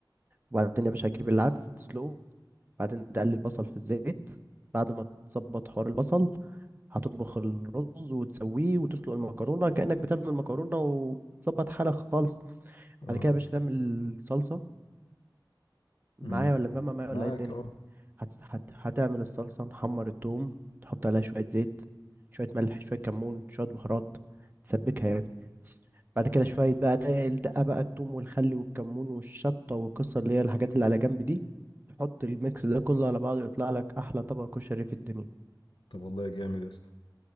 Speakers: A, on the right; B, on the left.
A: وبعدين يا باشا تجيب العدس تسلقه وبعدين تقلي البصل في الزيت بعد ما تظبط حوار البصل هتطبخ الرز وتسويه وتسلق المكرونه كأنك بتعمل المكرونه وتظبط حالك خالص
B: اه
A: بعد كده يا باشا تعمل صلصه معايا
B: امم
A: ولا مجمع معايا ولا
B: معاك
A: ايه الدنيا
B: اه
A: هت... هت... هتعمل الصلصة نحمر التوم تحط عليها شوية زيت شوية ملح شوية كمون شوية بهارات تسبكها يعني بعد كده شوية بقى تا- الدقة بقى التوم والخل والكمون والشطة والقصة اللي هي الحاجات اللي على جنب دي تحط الميكس ده كله على بعضه يطلع لك أحلى طبق كشري في الدنيا
B: طب والله جامد يا اسطى